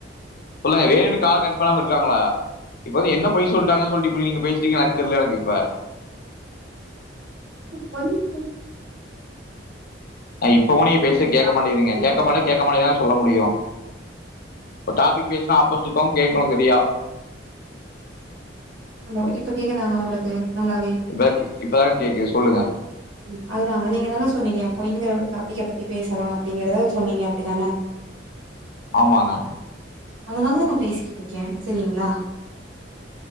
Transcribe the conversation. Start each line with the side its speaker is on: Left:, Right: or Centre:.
Left: சொல்லுங்க வேணுன்னு கால கட் பண்ணாம இருக்காங்களா இ மொதல்ல என்ன பொய் சொல்ட்டாங்க சொல்ட்டு இப்டி நீங்க பேசிட்ருக்கீங்கனு எனக்கு தெர்ல எனக்கு இப்ப
Right: அ கொஞ்சோ
Left: ஆ இப்பவு நீங்க பேசறது
Right: பேசலா
Left: கேக்க
Right: அப்டின்னு
Left: மாட்டேங்குதுங்க
Right: சொல்லிட்டு
Left: கேக்க மாட்டதுனா கேக்க மாட்டேங்குதுதாங்க சொல்ல முடியு இப்ப டாபிக் பேசுனா ஆப்போசிட் இருக்கவங்க கேக்கணு சரியா
Right: ஹலோ இப்ப கேக்குதாங்க உங்களுக்கு நல்லாவே
Left: இப்ப இப்பதாங்க கேக்குது சொல்லுங்க
Right: ம் அதுதாங்க நீங்கதான சொன்னீங்க கொழ்ந்திங்கள டாபிக்க பத்தி பேசலா அப்டிங்கறத சொன்னீங்க அப்டிதான
Left: ஆமாங்க
Right: அதுதாங்க நா பேச பேசிட்ருக்கே செரிங்ளா